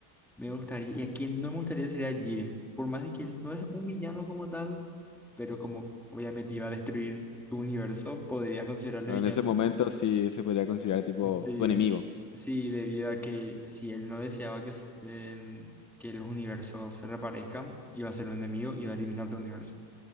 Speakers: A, in the centre; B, on the left.
A: Me gustaría. Y a quien no me gustaría sería a Jiren. Por más de que él no es un villano como tal, pero como obviamente iba a destruir tu universo, podría considerarle
B: claro,
A: villano.
B: En ese momento sí se podría considerar tipo
A: Sí,
B: tu enemigo.
A: sí, debido a que si él no deseaba que, s- en- que los universos se reparezcan, iba a ser un enemigo, iba a eliminar tu universo.